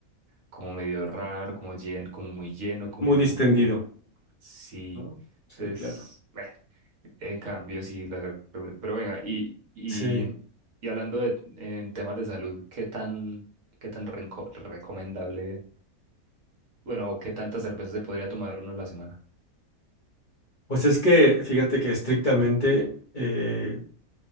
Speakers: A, on the right (about 65°); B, on the left (about 40°).
A: como medio raro, como lleno, como muy lleno, como,
B: Muy distendido,
A: como sí.
B: ¿no? Sí,
A: Entonces,
B: claro.
A: bueno. En cambio, sí, la cerveza. Pero venga, y, y,
B: Sí.
A: y hablando de, en temas de salud, ¿qué tan, qué tan renco- recomendable, bueno, o qué tanta cerveza se podría tomar uno a la semana?
B: Pues es que, fíjate que estrictamente eh,